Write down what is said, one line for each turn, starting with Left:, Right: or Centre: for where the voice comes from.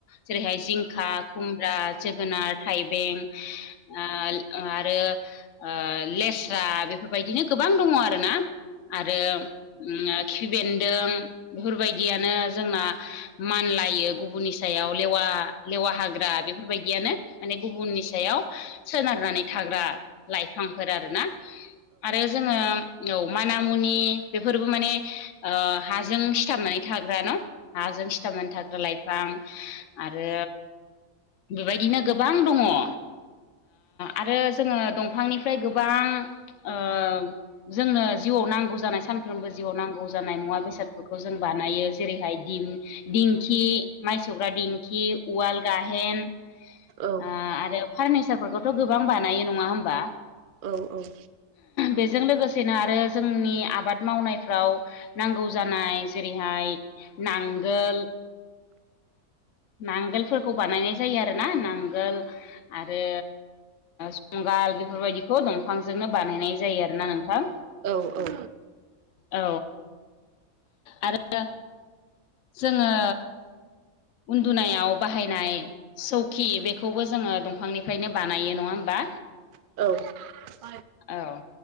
Left: जेरैहाय जिंखा खुमब्रा जोगोनार थाइबें ओ आरो ओ लेस्रा बेफोरबायदिनो गोबां दङ आरोना आरो खिफि बेन्दों बेफोरबायदियानो जोंना मान लायो गुबुननि सायाव लेवा लेवा हाग्रा बेफोरबायदियानो माने गुबुननि सायाव सोनारनानै थाग्रा लाइफांफोर आरोना आरो जोङो औ माना मुनि बेफोरबो माने हाजों सिथाबनानै थाग्र न' हाजों सिथामनानै थाग्रा लाइफां आरो बेबायदिनो गोबां दङ ओ आरो जोङो दंफांनि फ्राय गोबां ओ जोंनो जिउआव नांगौ जानाय सानफ्रोमबो जिउआव नांगौ जानाय मुवा बेसादफोरखौ जों बानायो जेरैहाय दिम दिंखि माइसौग्रा दिंखि उवाल गाहेन
Right: औ
Left: ओ आरो फार्निचारफोरखौथ' गोबां बानायो नङा होमबा
Right: औ औ
Left: बेजों लोगोसेनो आरो जोंनि आबाद मावनायफ्राव नांगौ जानाय जेरैहाय नांगोल, नांगोलफोरखौ बानायनाय जायो आरोना। नांगोल आरो जुंगाल बेफोरबायदिखौ दंफांजोंनो बानायनाय जायो आरोना नोंथां।
Right: औ औ
Left: औ आरो जो- ङो उन्दुनायाव बाहायनाय सौखि बेखौबो जोङो दंफांनिफ्रायनो बानायो नङा होमबा
Right: औ
Left: औ